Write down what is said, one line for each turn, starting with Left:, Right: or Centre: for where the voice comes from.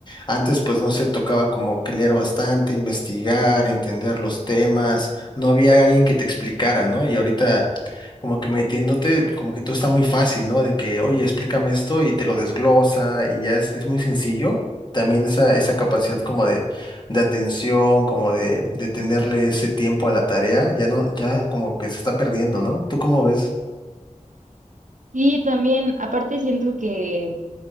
Left: antes, pues, no sé, tocaba como que leer bastante, investigar, entender los temas, no había alguien que te explicara, ¿no? Y ahorita como que metiéndote, como que todo está muy fácil, ¿no? De que, oye, explícame esto y te lo desglosa y ya es, es muy sencillo. También esa, esa capacidad como de, de atención, como de, de tenerle ese tiempo a la tarea, ya no, ya como que se está perdiendo, ¿no? ¿Tú cómo ves?
Right: Y también, aparte siento que